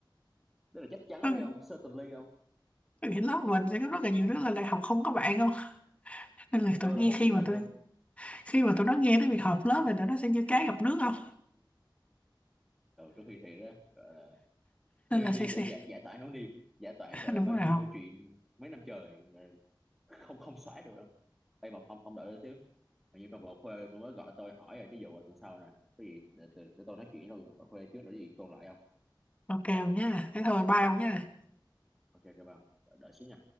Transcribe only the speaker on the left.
tôi
nghĩ,
tôi nghĩ lớp mình sẽ có rất là nhiều đứa lên đại học không có bạn không? Nên là tôi
nghe
khi
mà
tôi
khi mà tụi nó nghe tới việc họp lớp thì tụi nó sẽ như cá gặp nước không?
Nên là sẽ
sẽ
<laughs>
đúng
rồi
ok ông nhá thế thôi bye ông nhá